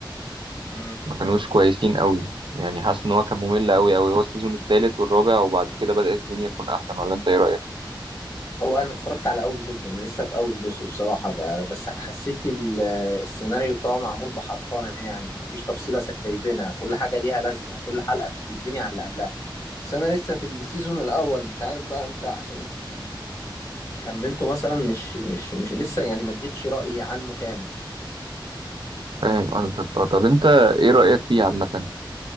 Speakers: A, on the left; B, on the right.
A: امم
B: ما كانوش كويسين أوي يعني حاسس إن هو كان ممل أوي أوي هو السيزون التالت والرابع وبعد كده بدأت الدنيا تكون أحسن ولا أنت إيه رأيك؟
A: هو انا اتفرجت على اول جزء انا لسه في اول جزء بصراحة ب- بس حسيت ال- السيناريو بتاعه معمول بحرفنة يعني مفيش تفصيلة سايبينها كل حاجة ليها لازمة كل حلقة بتتبني على اللي قبلها بس انا لسه في السيزون الاول مش عارف بقى انت عشان كملته مثلا مش مش مش لسه يعني ما اديتش رأيي عنه كامل
B: فاهم قصدك آه، طب أنت إيه رأيك فيه عامة؟